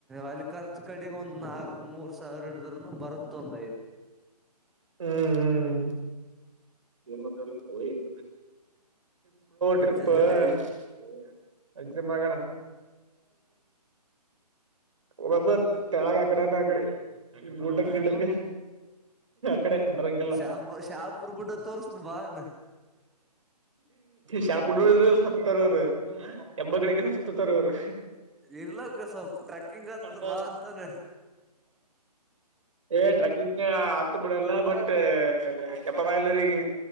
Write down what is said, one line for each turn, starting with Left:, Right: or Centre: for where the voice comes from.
Centre: ಅಲ್ಲಿ ಖರ್ಚ ಕಡಿ ಒಂದ್ ನಾಕು ಮೂರ್ ಸಾವಿರ ನಡ್ರನು ಬರುತ್ತ ಒಂದದ ಐದು
Right: ಹ್ಮ್ ಹ್ಮ್ ಏನ್ ಮಾಡ್ತಿದ್ದೆ ಬೋಳಿಮಗನೆ
Centre: ಮಜದ್ರಿ
Right: ಟ್ರಿಪ್ <inaudible> ಎಕ್ಸಾಮ್ ಆಗಣ <inaudible> ಬರಬ ತಳಾಗಕಡೆ ನ ಅಕಡೆ ಗುಟಕಟಕ ಕಡೆ ಬರಂಗಲ್ಲ
Centre: ಶಾಪ್
Right: <inaudible>
Centre: ಶಾಪುರ್ ಗುಡ್ಡ ತೋರ್ಸನ ಬಾ ಅನ್
Right: ಶಾಪುಡ್ಿದ <inaudible> ತ್ತರೋರ ಹೆಬ್ಬಗಳಿಗೆ ಸತ್ತ ಅವರು
Centre: ಇರ್ಲಕ್ಕ ಸ್ವಲ್ಪ ಟ್ರೆಕ್ಕಿಂಗ್ ಆತದ
Right: ಬಾ
Centre: ಅಂತಾನ
Right: <inaudible> ಏ ಟ್ರೆಕ್ಕಿಂಗ್ ಹತ್ ಬಿಡಲ್ಲ ಬಟ್ ಎಪ್ಪದಾಗಲರಿಗೆ